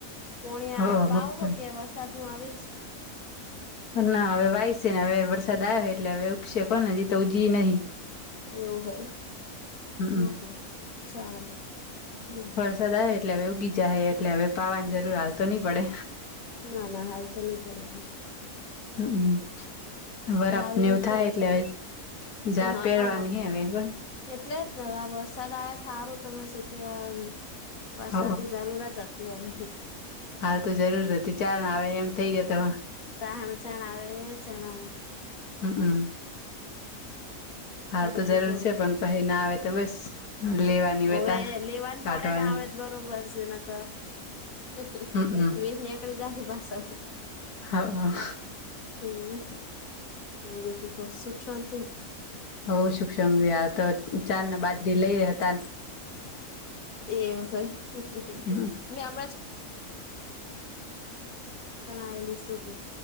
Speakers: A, on the left; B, on the left.
A: પોણિયા
B: હ
A: પાવ
B: મગફળી
A: હો કે વર્ષ. સાદનું આવે ઈ જ?
B: ના, હવે વાયસે ને હવે વરસાદ આવ્યો એટલે હવે ઉપગશે કોને હજી તો ઉ જી ઈ નહીં.
A: એવું હોય
B: હમમ
A: હા હા, ચાલે હમ્મ.
B: સદા એટલે હવે ઉગી જાય હે એટલે હવે પાવાની જરૂર હાલતો ની પડે.
A: ના ના, હાલ તો ની પડે અવે.
B: હ હમ્મ વરફને
A: હારું એમ
B: એવું થાય
A: કો
B: એટલે જાળ
A: હા
B: પેરવાની હે અવે <unintelligible>
A: એટલે જ ને હવે આ વરસાદ આવ્યા હારું તમે શેતી વાળા વરસાદની
B: હ
A: જરૂરત હ તી ઓમ હી
B: હાલ તો જરૂર હતી ચાલ ને આવે એમ થઇ જાય તો
A: તા હાંચન આવે ચણ આવે
B: હમ્મ હમ્મ હાલ
A: બીજું
B: તો જરૂર
A: કો
B: છે પણ પહી ના આવે તો બસ
A: <unintelligible>
B: લેવાની વેતા કાઢવાની
A: <unintelligible>
B: હમમ હા હ
A: હમ્મ બીજું કો સુખ શાંતિ ન
B: હોવ સુખ શાંતી <unintelligible>
A: <unintelligible> <unintelligible> પાટણ
B: હ એ
A: આવેલી શું કે